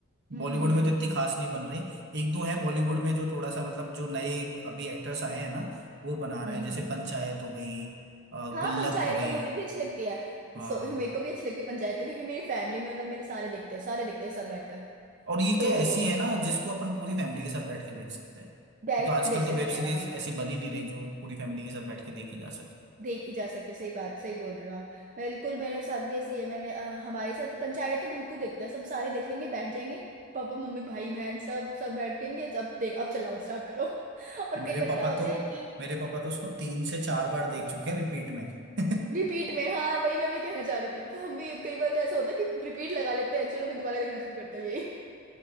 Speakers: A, on the right; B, on the right.
A: हम्म
B: बॉलीवुड
A: हम्म
B: में
A: हम्म
B: तो इतनी
A: हम्म
B: खास नहीं बन रही एक दो हैं बॉलीवुड में जो थोड़ा सा मतलब जो नए अभी एक्टर्स आए हैं ना वो बना रहे
A: हम्म
B: हैं जैसे
A: हम्म।
B: पंचायत हो गई अ,
A: हाँ
B: गुल्लक
A: पंचायत
B: हो गई
A: तो मुझे भी अच्छी लगती है
B: हाँ
A: सो मेरे को भी अच्छी लगती है पंचायत तो क्योंकि मेरी फैमिली में मतलब मेरे सारे देखते हैं सारे देखते हैं एक साथ बैठकर
B: और ये
A: तो
B: क्या ऐसी है ना जिसको अपन पूरी फैमिली के साथ बैठ के देख सकते हैं
A: बैठ
B: तो आजकल
A: के देख
B: तो
A: सकते
B: वेब
A: हैं
B: सीरीज
A: आराम
B: ऐसी बनी नहीं रही जो पूरी फैमिली के साथ बैठ के देखी जा सके
A: देखी जा सके सही बात सही बोल रहे हो आप बिल्कुल मेरे साथ भी ऐसी है मैंने अ, हमारे साथ पंचायत तो बिल्कुल देखते हैं सब सारे देख लेंगे बैठ जाएंगे पापा मम्मी भाई बहन सब सब बैठ जाएंगे अब देख अब चलाओ स्टार्ट करो <laughs> और
B: मेरे
A: कई
B: पापा
A: बार क्या होता
B: तो
A: है कि
B: मेरे पापा तो उसको तीन से चार बार देख चुके हैं रिपीट में <laughs>
A: रिपीट में हाँ वही मैं भी कहना चाह रही थी कि हम भी कई बार तो ऐसा होता है कि रिपीट लगा लेते हैं चलो भी दोबारा देखना शुरू करते हैं यही